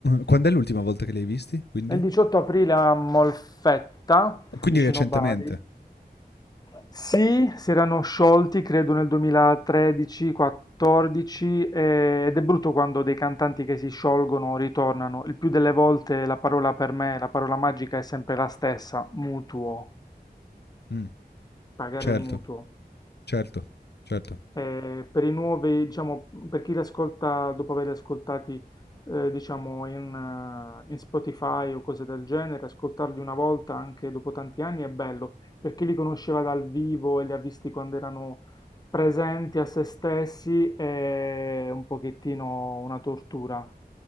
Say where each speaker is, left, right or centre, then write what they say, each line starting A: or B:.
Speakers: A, on the left; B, on the left.
A: Quand'è l'ultima volta che li hai visti quindi?
B: Il 18 aprile a Molfetta,
A: Quindi
B: vicino
A: recentemente.
B: Bari. Sì, si erano sciolti, credo nel 2013-14 ed è brutto quando dei cantanti che si sciolgono ritornano. Il più delle volte la parola per me, la parola magica è sempre la stessa, mutuo,
A: Mh,
B: pagare
A: certo.
B: il mutuo.
A: Certo, certo.
B: Eh, per i nuovi, diciamo, per chi li ascolta dopo averli ascoltati, eh, diciamo, in, eh, in Spotify o cose del genere, ascoltarli una volta anche dopo tanti anni è bello. Per chi li conosceva dal vivo e li ha visti quando erano presenti a se stessi è un pochettino una tortura.